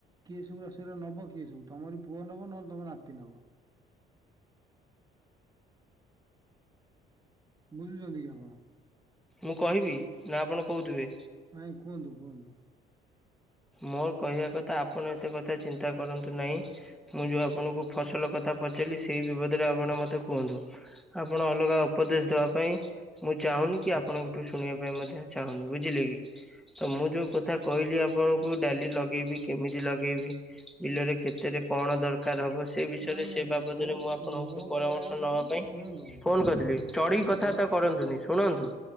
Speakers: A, on the right; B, in the centre.
A: କିଏ ସବୁରା ସେରା ନବ କିଏ ସବୁ ତମରି ପୁଅ ନବ ନହେଲେ ତମ ନାତି ନବ। ବୁଝୁଛନ୍ତି କି ଆପଣ?
B: ମୁଁ କହିବି ନା ଆପଣ କହୁଥିବେ?
A: ଆାଇଁ କୁହନ୍ତୁ କୁହନ୍ତୁ।
B: ମୋର କହିବା କଥା ଆପଣ ଏତେ କଥା ଚିନ୍ତା କରନ୍ତୁ ନାହିଁ। ମୁଁ ଯୋଉ ଆପଣଙ୍କୁ ଫସଲ କଥା ପଚାରିଲି ସେଇ ବିବଦରେ ଆପଣ ମୋତେ କୁହନ୍ତୁ। ଆପଣ ଅଲଗା ଉପଦେଶ ଦେବା ପାଇଁ ମୁଁ ଚାହୁଁନି କି ଆପଣଙ୍କ ଠୁ ଶୁଣିବା ପାଇଁ ମଧ୍ୟ ଚାହୁଁନି ବୁଝିଲେ କି? ତ ମୁଁ ଯୋଉ କଥା କହିଲି ଆପଣ କୋଉ ଡାଲି ଲଗେଇବି କେମିତି ଲଗେଇବି ବିଲରେ କେତେରେ କଣ ଦରକାର ହବ ସେ ବିଷୟରେ
A: ନାଇଁ ନାଇଁ
B: ସେ ବାବଦରେ
A: ମୋ
B: ମୁଁ
A: କ-
B: ଆପଣଙ୍କୁଠୁ
A: ମୋ
B: ପରାମର୍ଶ
A: କହିବା କଥା
B: ନେବା ପାଇଁ
A: ଶୁଣନ୍ତୁ
B: ଫୋନ କରିଥିଲି
A: ମୋ
B: ଚଢ଼ିକି କଥାବାର୍ତ୍ତା
A: ମୋ
B: କରନ୍ତୁନି। ଶୁଣନ୍ତୁ।